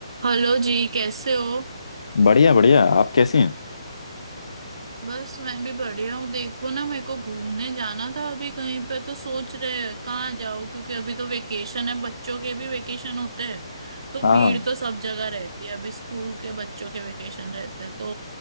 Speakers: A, on the right (about 60°); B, on the left (about 85°).
A: Hello जी कैसे हो
B: बढ़िया बढ़िया आप कैसे हैं
A: बस मैं भी बढ़िया हूँ देखो ना मेरे को घूमने जाना था अभी कहीं पे तो सोच रहे हैं कहाँ जाओ क्योंकि अभी तो वेकेशन है बच्चों के भी वेकेशन होते हैं तो
B: हाँ
A: भीड़ तो सब जगह रहती है अभी स्कूल के बच्चों के वेकेशन रहते हैं तो